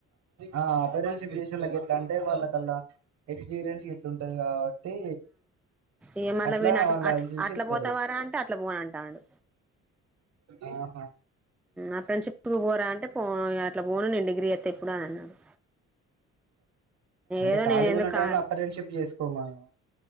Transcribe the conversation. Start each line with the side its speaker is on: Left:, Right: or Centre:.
Right: ఆ అప్ప్రెంటిక్షిప్ చేసినోళ్లకి ఎట్లా అంటే వాళ్ళకల్ల ఎక్స్పి ఎక్స్పీరియన్స్ గిట్లుంటది కాబట్టి
Centre: ఏ మళ్ళ
Right: అట్లా
Centre: పైనా అట్ల్
Right: వాళ్ళు
Centre: అట్ల
Right: అది చూసి
Centre: అట్ల
Right: ఇస్తారు
Centre: పోతావారా అంటే అట్లా పోనంటాండు
Right: ఆహా
Centre: ఆఫ్రెండ్షిప్ పోరా అంటే పో అట్లా పోను నేను డిగ్రీ చేత్తా ఇప్పుడు అని అన్నాడు
Right: అంటే
Centre: ఏదో
Right: కాళిగా
Centre: నేను ఎందుకు
Right: ఉన్న
Centre: కా
Right: టైంలో అప్రెంటిషిప్ చేసుకోమను